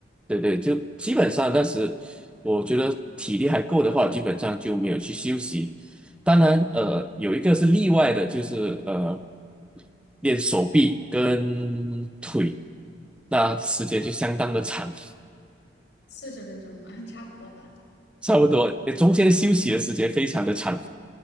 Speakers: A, in the centre; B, on the left.
A: 对对，就基本上当时我觉得体力还够的话，基本上就没有去休息。当然，呃，有一个是例外的，就是呃，练手臂跟腿，那时间就相当的长，
B: 四十分钟吧，<laughs> 差不多吧。
A: 差不多中间休息的时间非常的长。